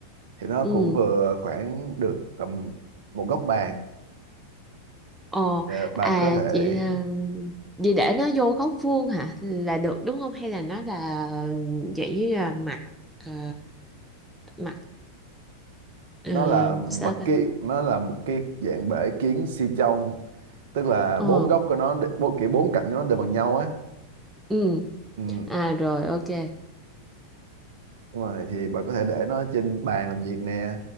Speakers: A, on the right; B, in the centre.
A: thì nó
B: ừ
A: cũng vừa khoảng được tầm một góc bàn
B: ờ
A: Ờ, bạn
B: à
A: có thể
B: chị là Vậy để nó vô góc vuông hả là được đúng không hay là nó là dạng như là mặt ờ, mặt ờ,
A: nó là mặt
B: sao ta
A: kia nó là một cái dạng bể kiến siêu trong tức là
B: ờ
A: bốn góc của nó đ- bốn kiểu bốn cạnh của nó đều bằng nhau á
B: ừ
A: ừ.
B: à rồi ok
A: Đúng rồi thì bạn có thể để nó trên bàn làm việc nè